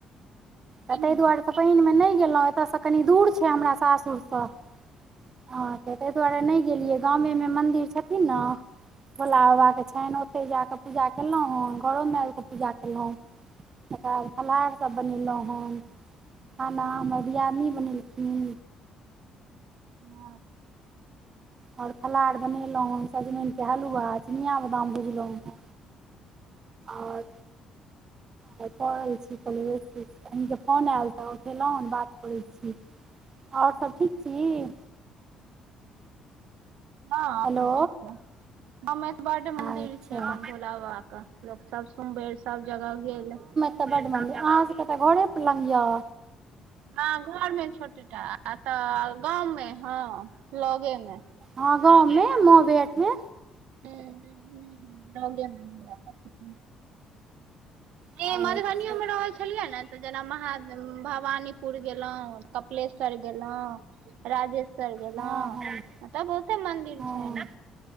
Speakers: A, on the right; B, on the right.
A: नहि
B: तऽ तैय
A: हम
B: दुआरेसँ पैनमे नहि गेलहुँ एतसँ कनि दूर छै हमरा सासुरसँ हँ तऽ तैय दुआरे नहि गेलियै गामेमे मन्दिर छथिन न भोलाबाबा
A: नहि
B: के छनि ओतहि जा कऽ पूजा कैलौ हँ घरोमे आबि कऽ पूजा कैलौ तकर बाद
A: हँ
B: फलहारसब बनेलौ हन खाना हमर दियादनी बनेलखिन!
A: <inaudible>
B: और फलहार बनेलहुँ ह सजमन के हलुआ चिनिया बदाम भुजलहुं हे! और हे कहेय छि कनी मिस्त्री कनके फोन ऐल रहो ल हन बात करै छी, और सब ठीक छी?
A: हाँ और
B: हेलो
A: सब ठीक ये। हमे त बड मंदिर
B: अच्छा
A: छै अपन भोला बाबा क, लोक सब सुमबेर सब जगह गेल।
B: बड मनदीर अहाँ सब के तऽ घरे पलंग यऽ।
A: ह घर मे छोटेटा अतऽ गाँव मे ह लगे मे।
B: ह गांवमे मोहबेट मे।
A: हु - हु - हु रग्यमे <unintelligible> हे
B: अच्छा
A: मधबनियो में रहै छलियै ने तऽ जेना महादेव भवानीपुर गेलउ। कपलेश्वर गेलाउ। राजेश्वर गेलाऊँ
B: हँ हँ
A: ओत बहुते मंदिर
B: हँ
A: छैन।